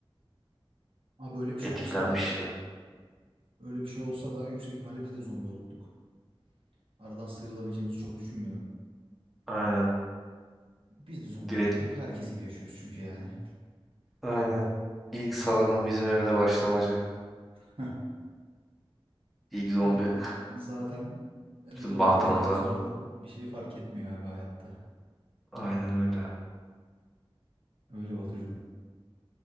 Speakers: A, on the right; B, in the centre.
A: Ha böyle bir şey
B: etkilenmiştim.
A: olsa da öyle bir şey olsa da yüksek ihtimalle biz de zombi olurduk. Aradan sıyrılabileceğimizi çok düşünmüyorum.
B: Aynen.
A: Biz de zombi
B: Direkt
A: olurduk. Herkes gibi yaşıyoruz çünkü yani.
B: aynen. İlk salgın bizim evde başlamacı.
A: <laughs>
B: İlk zombi
A: Ama on- e, zaten e, zombi
B: <laughs> bizim bahtamıza.
A: olduktan sonra da bir şey fark etmiyor abi hayatta.
B: Aynen öyle.
A: Öyle Batucuğum.